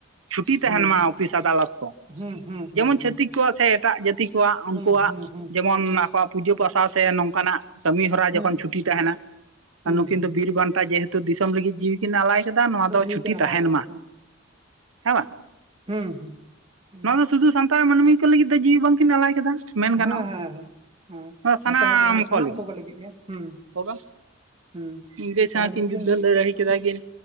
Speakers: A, on the right (about 85°); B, on the right (about 25°).
A: ᱪᱷᱩᱴᱤ ᱛᱟᱦᱮᱱ
B: ᱦᱩᱸ
A: ᱢᱟ ᱚᱯᱷᱤᱥ, ᱟᱫᱟᱞᱚᱛ, ᱠᱚ
B: ᱦᱩᱸ ᱦᱩᱸ ᱦᱩᱸ
A: ᱡᱮᱢᱚᱱ
B: ᱦᱩᱸ
A: ᱪᱷᱟᱹᱛᱤᱠ ᱩᱱ ᱠᱚᱣᱟᱜ ᱥᱮ ᱮᱴᱟᱜ ᱡᱟᱹᱛᱤ ᱠᱚᱣᱟᱜ ᱩᱱᱠᱩᱣᱟᱜ
B: ᱦᱩᱸ ᱦᱩᱸ ᱦᱩᱸ
A: ᱡᱮᱢᱚᱱ ᱟᱠᱚᱣᱟᱜ ᱯᱩᱡᱟᱹ ᱯᱟᱥᱟ ᱥᱮ ᱱᱚᱝᱠᱟᱱᱟᱜ ᱠᱟᱹᱢᱤ ᱦᱚᱨᱟ
B: ᱦᱩᱸ
A: ᱡᱚᱠᱷᱚᱱ
B: ᱦᱩᱸ
A: ᱪᱷᱩᱴᱤ
B: ᱦᱩᱸ
A: ᱛᱟᱦᱮᱱᱟ
B: ᱦᱩᱸ
A: ᱱᱩᱠᱤᱱ
B: ᱦᱩᱸ
A: ᱫᱚ ᱵᱤᱨ ᱵᱟᱱᱴᱟ ᱡᱮᱦᱮᱛᱩ ᱫᱤᱥᱚᱢ ᱞᱟᱹᱜᱤᱫ ᱡᱤᱣᱤ ᱠᱤᱱ ᱟᱞᱟᱭ ᱠᱮᱫᱟ ᱱᱚᱣᱟ ᱫᱚ
B: ᱴᱷᱤᱠᱮ
A: ᱪᱷᱩᱴᱤ ᱛᱟᱦᱮᱱ
B: ᱟᱞᱟᱭ ᱠᱟᱫᱟ
A: ᱢᱟ ᱦᱮᱸ ᱵᱟᱝ
B: ᱦᱩᱸᱼᱩᱜᱼᱦᱩ
A: ᱱᱚᱣᱟ
B: ᱾
A: ᱫᱚ ᱥᱩᱫᱷᱩ ᱥᱟᱱᱛᱟᱲ ᱢᱟᱹᱱᱢᱤ ᱠᱚ ᱞᱟᱹᱜᱤᱫ ᱫᱚ ᱡᱤᱣᱤ ᱵᱟᱝᱠᱤᱱ ᱟᱞᱟᱭ ᱠᱟᱫᱟ, ᱢᱮᱱ
B: ᱦᱮᱸ
A: ᱜᱟᱱᱚᱜᱼᱟ,
B: ᱦᱮᱸ ᱦᱮᱸ ᱦᱮᱸ
A: ᱱᱚᱣᱟ ᱥᱟᱱᱟᱢ
B: ᱡᱚᱛᱚ ᱦᱚᱲ
A: ᱠᱚ ᱞᱟᱹᱜᱤᱫ
B: ᱠᱚᱜᱮ ᱜᱮ ᱦᱩᱸ
A: ᱚᱜᱟ
B: ᱦᱩᱸ
A: ᱤᱝᱨᱮᱡᱽ
B: ᱛᱟᱦᱚᱞᱮ
A: ᱥᱟᱶ ᱠᱤᱱ
B: ᱢᱤᱫ
A: ᱡᱩᱫᱽᱫᱷᱚ
B: ᱫᱤᱱ ᱞᱟᱹᱜᱤᱫ
A: ᱞᱟᱹᱲᱦᱟᱹᱭ
B: ᱛᱮ ᱪᱷᱩᱴᱤ
A: ᱠᱮᱫᱟ ᱠᱤᱱ